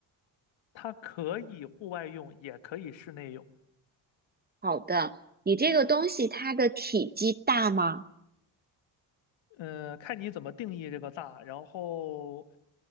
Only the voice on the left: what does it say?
它可以户外用，也可以室内用。
呃，看你怎么定义这个大，然后，